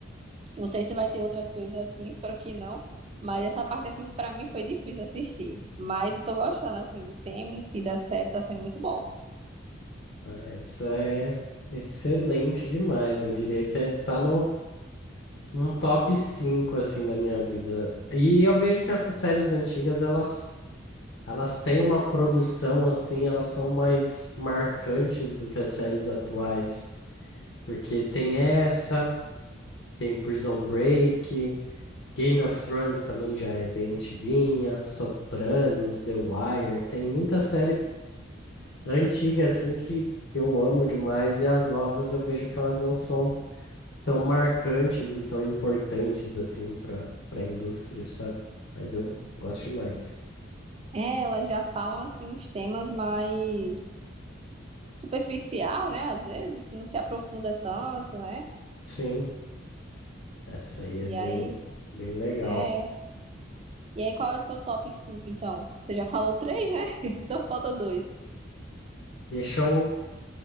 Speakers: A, on the right; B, on the left.
A: Não sei se vai ter outras coisas assim, espero que não. Mas essa parte, assim, pra mim foi difícil assistir. Mas eu tô gostando, assim, do tema em si, da série, tá sendo muito bom.
B: Ah, essa é excelente demais. Eu diria que é, tá no, num top 5 assim, da minha vida. E eu vejo que essas séries antigas, elas, elas têm uma produção, assim, elas são mais marcantes do que as séries atuais. Porque tem essa, tem Prison Break, Game of Thrones também já é bem antiguinha, Sopranos, The Wire, tem muita série antiga assim que eu amo demais e as novas eu vejo que elas não são tão marcantes e tão importantes assim para para a indústria, sabe? Mas eu gosto demais.
A: É, elas já falam, assim, uns temas mais superficial, né? Às vezes, não se aprofunda tanto, né?
B: Sim, essa aí é
A: E
B: bem
A: aí,
B: bem legal.
A: é. E aí, qual é o seu top 5 então? Você já falou três, né? <laughs> Então falta dois.
B: Deixa eu